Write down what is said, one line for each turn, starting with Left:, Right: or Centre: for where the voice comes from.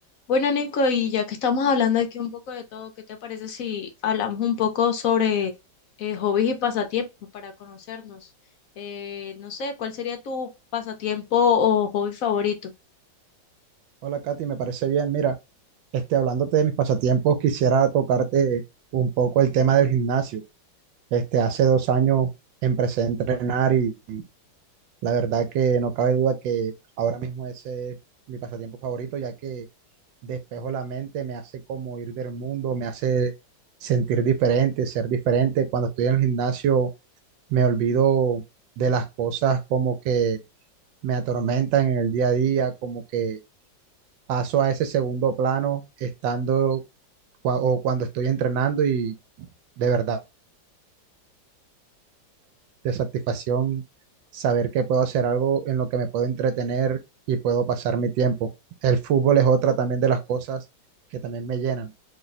Left: Bueno, Nico, y ya que estamos hablando aquí un poco de todo, ¿qué te parece si hablamos un poco sobre eh, hobbies y pasatiempos para conocernos? Eh, no sé, ¿cuál sería tu pasatiempo o hobby favorito?
Right: Hola Katy, me parece bien. Mira, este, hablándote de mis pasatiempos, quisiera tocarte un poco el tema del gimnasio. Este, hace dos años empecé a entrenar y la verdad que no cabe duda que ahora mismo ese es mi pasatiempo favorito, ya que despejo la mente, me hace como ir del mundo, me hace sentir diferente, ser diferente. Cuando estoy en el gimnasio me olvido de las cosas como que me atormentan en el día a día, como que paso a ese segundo plano estando cua- o cuando estoy entrenando y de verdad de satisfacción saber que puedo hacer algo en lo que me puedo entretener y puedo pasar mi tiempo. El fútbol es otra también de las cosas que también me llenan.